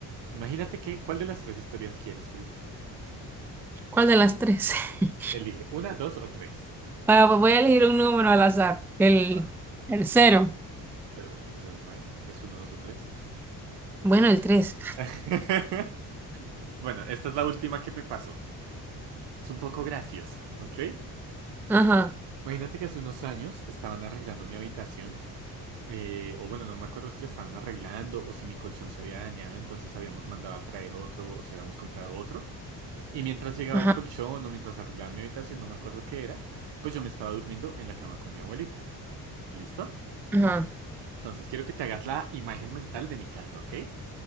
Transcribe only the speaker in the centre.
¿Cuál de las tres? <laughs>
Bueno, pues voy a elegir un número al azar. El,
el cero.
Bueno, el tres.
Ajá,
ajá,
ajá.